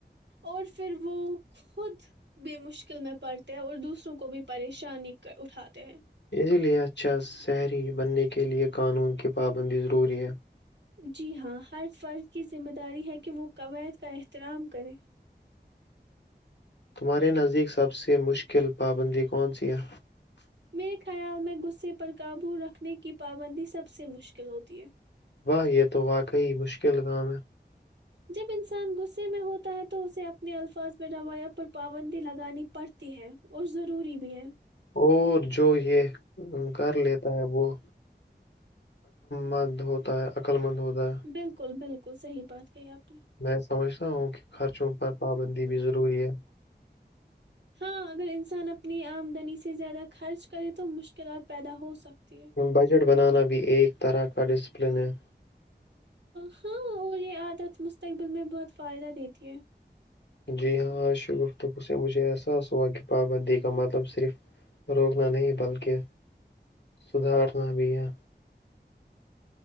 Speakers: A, on the right; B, on the left.
A: اور پھر وہ خود بھی مشکل میں پڑتے ہیں اور دوسروں کو بھی پریشانی اٹھاتے ہیں
B: اسی لے اچھا شہری بننے کے لیئے قانون کی پابندی ضروری ہے
A: جی ہاں ہر فرد کی ذمہ داری ہے کہ وہ قواعد کا احترام کریں
B: تمہارے نزدیک سب سے مشکل پابندی کون سی ہے
A: میرے خیال میں غصے پر قابو رکھنے کی پابندی سب سے مشکل ہوتی ہے
B: واہ یہ تو واقعی مشکل کام ہے
A: جب انسان غصے میں ہوتا ہے تو اسے اپنے الفاظ میں روایت پر پابندی لگانی پڑتی ہے اور ضروری بھی ہے
B: اور جو یہ کر لیتا ہے وہ مت ہوتا ہے ہوتا ہے
A: بالکل بالکل کل صحیح بات کہی آپ نے۔
B: میں سمجھتا ہوں کہ خرچوں پر پابندی بھی ضروری ہے
A: ہاں اگر انسان اپنی آمدنی سے زیادہ خرچ کرے تو مشکلات پیدا ہو سکتے <inaudible>
B: بجٹ بنانا بھی ایک طرح کا ڈسپلن ہے
A: ہاں اور یہ عادت مستقبل میں بہت فائدہ دیتی ہے
B: جی ہاں آش گفتگو سے مجھے احساس ہوا کہ پابندی کا مطلب صرف روکنا نہیں بلکہ سدھارنا بھی ہے